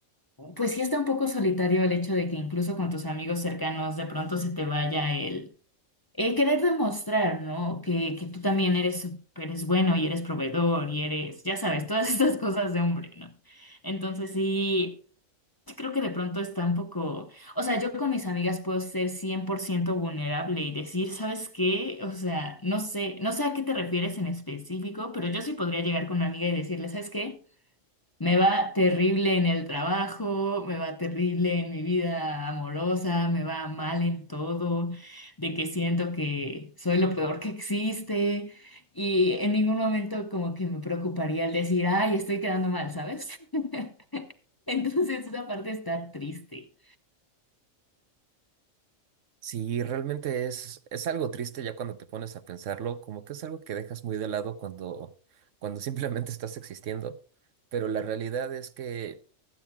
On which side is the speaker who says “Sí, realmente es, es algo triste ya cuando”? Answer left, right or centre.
Right